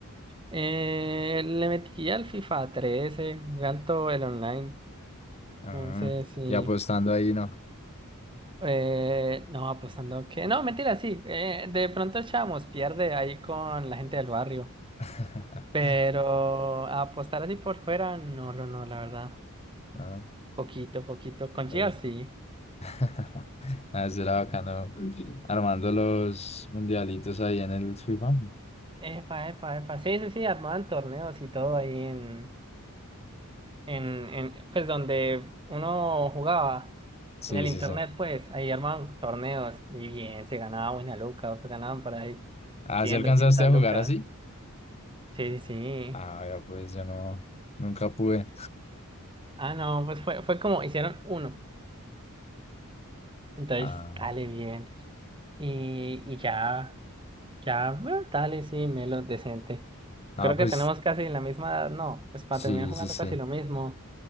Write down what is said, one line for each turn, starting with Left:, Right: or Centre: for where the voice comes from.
Right: Eh, le metí al FIFA 13, jugué alto el online,
Left: Ah,
Right: entonces sí.
Left: y apostando ahí, ¿no?
Right: Eh, no, apostando que... No, mentira, sí. eh, de pronto Chamos pierde ahí con la gente del barrio.
Left: <laughs>
Right: Pero apostar así por fuera, no, no, no, la verdad.
Left: Ah,
Right: Poquito, poquito. Con
Left: pues.
Right: Gear sí.
Left: <laughs> Ah, eso era bacano. Armando
Right: O-
Left: los mundialitos ahí en el FIFA.
Right: Epa, epa, epa. Sí, sí, sí, armaban torneos y todo ahí en, en, en, pues donde uno jugaba,
Left: Sí,
Right: en el
Left: sí,
Right: internet,
Left: sí.
Right: pues, ahí armaban torneos y bien, se ganaba buena loca, pues ganaban por ahí
Left: ¿Ah,
Right: 100
Left: sí alcanzaste
Right: 200
Left: a
Right: locas.
Left: jugar así?
Right: Sí, sí. sí.
Left: Ah, ya pues yo no, nunca pude.
Right: Ah, no, pues fue, fue como hicieron uno. Entonces,
Left: Ah,
Right: dale bien. Y, y ya. Ya, bueno, dale, sí, Melo, decente.
Left: ah,
Right: Creo
Left: pues
Right: que tenemos casi la misma edad, no, pues para
Left: sí,
Right: terminar jugando
Left: sí, sí.
Right: casi lo mismo.